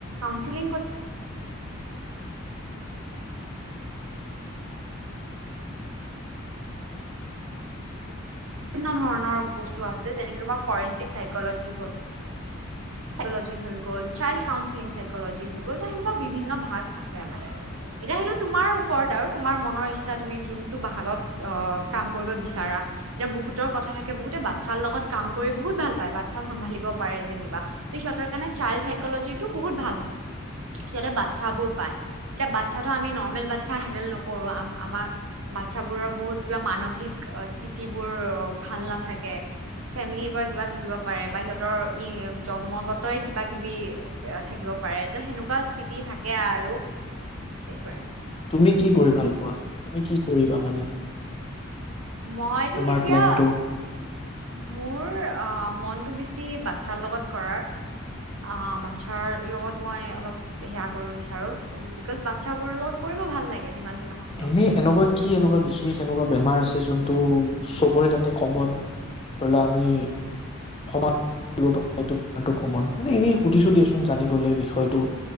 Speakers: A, on the right (about 85°); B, on the left (about 25°).
A: কাউন্সিলিং গ- বিভিন্ন ধৰণৰ বস্তু আছে। যেনেকে তোমাৰ ফৰেনঞ্চিক চাইক'ল'জি হ'ল, - চাইক'ল'জি হৈ গ'ল, চাইল্ড কাউন্সিলিং হৈ গ'ল ত' তেনেকুৱা বিভিন্ন ভাগ আছে মানে। এতিয়া সেইটো তোমাৰ ওপৰত আৰু তোমাৰ মনৰ ইচ্ছা তুমি যোনটো ভাগত অঁ, কাম কৰিব বিচাৰা। এতিয়া বহুতৰ কথা থাকে বহুতে বাচ্ছাৰ লগত কাম কৰি বহুত ভাল পায়, বাচ্ছা চম্ভালিব পাৰে যেনিবা। তে সিহঁতৰ কাৰণে চাইল্ড চাইকলজি টো বহুত ভাল হয়, সিহঁতে বাচ্ছাবোৰ পায়। এতিয়া বাচ্ছাটো আমি নৰ্মেল বাচ্ছা হেণ্ডেল নকৰো। আমাৰ- বাচ্ছাবোৰৰ বহুত কিবা মানসিক স্থিতিবোৰ ভাল নাথাকে। ফেমিলিৰ পৰা কিবা থাকিব পাৰে বা সিহঁতৰ ই- জন্মগতই কিবা কিবি এ থাকিব পাৰে। ত সেনেকুৱা স্থিতি থাকে আৰু। সেইটোৱে।
B: তুমি কি কৰি ভাল পোৱা, তুমি কি কৰিবা মানে?
A: মইতো
B: তোমাৰ
A: এতিয়া-
B: প্লেনটো
A: মোৰ অঁ, মনটো বেছি বাচ্ছাৰ লগত কৰাৰ। অঁ, বাচ্ছাৰ লগত মই অলপ- সেয়া কৰিব বিচাৰো। বিকজ বাচ্ছা বোৰৰ লগত কৰিব ভাল লাগে যিমান- যি নহওক কিয়
B: এনেই এনেকুৱা কি এনেকুৱা বিশেষ এনেকুৱা বেমাৰ আছে যোনটো চবৰে তাতে কমন? ধৰি লও আমি সমাজ- <unintelligible> কমন মানে এনেই সুধিছো দিয়াচোন জানিবলৈ বিষয়টো।